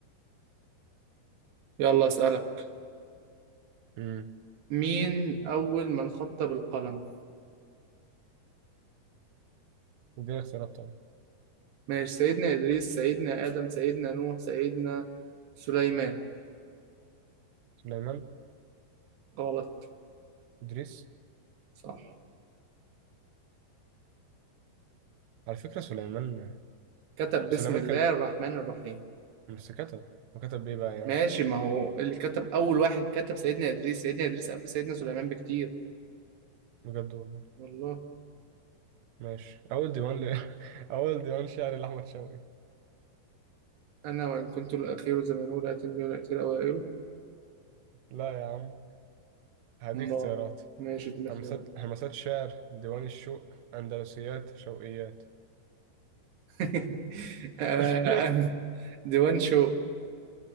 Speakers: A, on the right; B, on the right.
A: يلا أسألك
B: امم
A: مين أول من خط بالقلم
B: اديني اختيارات طبعا
A: ماشي سيدنا إدريس سيدنا آدم سيدنا نوح سيدنا سليمان
B: سليمان
A: غلط
B: ادريس
A: صح
B: على فكرة سليمان
A: كتب بسم
B: سليمان
A: الله
B: كان
A: الرحمن الرحيم
B: بس كتب وكتب ايه بقى يعني
A: ماشي ما هو اللي كتب أول واحد كتب سيدنا إدريس سيدنا إدريس قبل سيدنا سليمان بكتير
B: بجد والله
A: والله
B: ماشي أول ديوان ل... <laughs> أول ديوان شعر لأحمد شوقي
A: أنا وإن كنت الأخير زمانه لا أتم ولا أتي الأوائل
B: لا يا عم هذه
A: ما
B: اختيارات
A: ماشي اديني اختيارات
B: همسات همسات شعر ديوان الشوق أندلسيات شوقيات
A: <laughs> آه،
B: <laughs>
A: أنا- ديوان شو